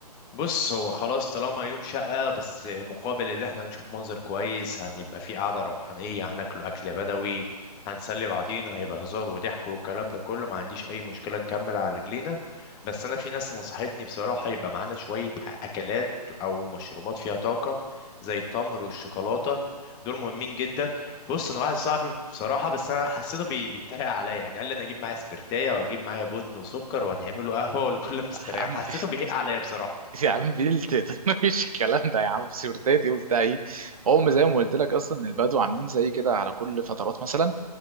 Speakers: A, on the left (about 20°); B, on the right (about 60°).
A: بص هو خلاص طالما يوم شقة بس مقابل اللي احنا نشوف منظر كويس هنبقى في قعدة روحانية هناكله أكل بدوي هنسلي بعضينا هيبقى هزار وضحك والكلام ده كله ما عنديش أي مشكلة نكمل على رجلينا بس أنا في ناس نصحتني بصراحة يبقى معانا شوية أكلات أو مشروبات فيها طاقة زي التمر والشوكولاتة دول مهمين جدا بص انا واحد صاحبي بصراحه بس انا حسيته بي- بيتريق عليا يعني قال لي انا اجيب معايا سبرتايه واجيب معايا بن وسكر وهنعمله قهوه والكل
B: <laughs>
A: مستريح
B: لا يا عم
A: حسيته
B: <laughs>
A: بيهق عليا بصراحه
B: يا عم بنت <laughs> مفيش الكلام ده يا عم سيرتاتي وبتاع ايه هم زي ما قلت لك اصلا البدو عاملين زي كده على كل فترات مثلا